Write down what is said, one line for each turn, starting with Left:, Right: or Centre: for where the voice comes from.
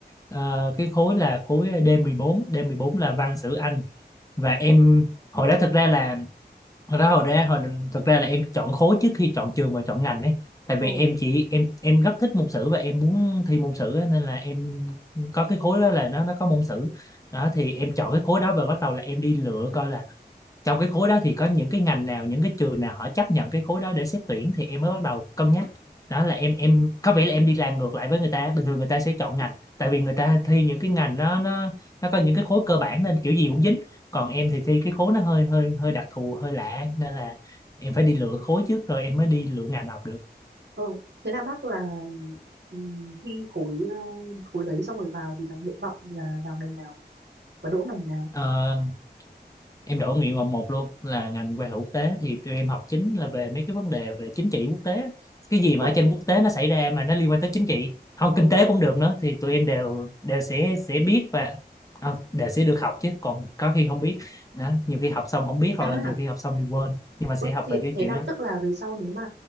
Left: ờ, cái khối là khối d mười bốn d mười bốn là văn sử Anh và em hồi đó thực ra là hồi đó hồi ra hồi thực ra là em chọn khối trước khi chọn trường và chọn ngành ấy tại
Right: ờ,
Left: vì em chỉ em em rất thích môn sử và em muốn thi môn sử á, nên là em có cái khối đó là nó nó có môn sử đó thì em chọn cái khối đó và bắt đầu là em đi lựa coi là trong cái khối đó thì có những cái ngành nào những cái trường nào họ chấp nhận cái khối đó để xét tuyển thì em mới bắt đầu cân nhắc đó là em em có vẻ là em đi làm ngược lại với người ta bình thường người ta sẽ chọn ngành tại vì người ta thi những cái ngành nó nó nó có những cái khối cơ bản nên kiểu gì cũng dính còn em thì thi cái khối nó hơi hơi hơi đặc thù hơi lạ nên là em phải đi lựa khối trước rồi em mới đi lựa ngành học được
Right: ờ. Thế là bác là ừm, thi khối, ờ, khối đấy xong rồi vào thì thằng nguyện vọng là vào ngành nào? Và đỗ ngành nào?
Left: Ờ, em đổi nguyện vọng một luôn là ngành quan hệ quốc tế thì tụi em học chính là về mấy cái vấn đề về chính trị quốc tế cái gì mà
Right: Ui,
Left: ở trên quốc tế nó xảy ra mà nó liên quan tới chính trị không kinh tế cũng được nữa thì tụi em đều đều sẽ sẽ biết và à, đều sẽ được học chứ còn có khi không biết đó, nhiều khi học xong không biết hoặc
Right: à
Left: là nhiều khi học xong thì quên nhưng mà sẽ
Right: Ủa,
Left: học
Right: thế,
Left: lại cái
Right: thế
Left: kiểu
Right: là
Left: đó
Right: tức là về sau nếu mà